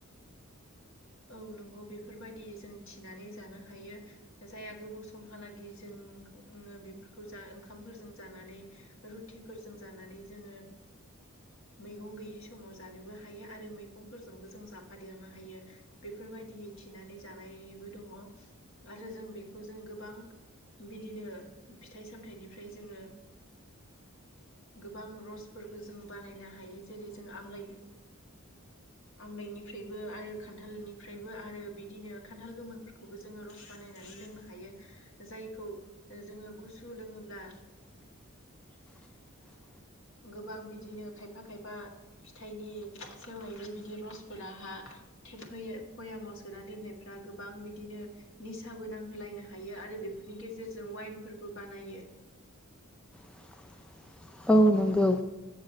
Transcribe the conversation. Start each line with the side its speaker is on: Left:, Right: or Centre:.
Left: औ नंगौ बेफोरबायदि जों थिनानै जानो हायो जायहा गोबाव समहालागै जों ओम ओङो बेफोरखौ जा ओंखामफोरजों जानानै रुटिफोरजों जानानै जोङो मैगं गैयि समाव जानोबो हायो आरो मैगंफोरजोंबो जों जाफादेरनो हायो बेफोरबायदि थिनानै जानायबो दङ आरो जों बेखौ जों गोबां बिदिनो फिथाइ सामथायाइनिफ्राय जोङो गोबां रसफोरबो जों बानायनो हायो जेरै जों आमलाइ आमलायनिफ्रायबो आरो खान्था थालनिफ्रायबो आरो बिदिनो खान्थाल गोमोनफोरखौबो जोङो रस बानायनानै लोंनो हायो जायखौ औ जोङो गुसु लोङोब्ला
Centre: <inaudible>
Left: गोबां बिदिनो खायफा खायफा फिथाइनि सेवनायनि बिदि रसफोराहा थेबहैयो पयामाव सोनानै दोननायफ्रा गोबां बिदिनो निसाबो नांहोलायनो हायो आरो बेफोरनि गेजेरजों वाइनफोरबो बानायो
Centre: <inaudible> औ नंगौ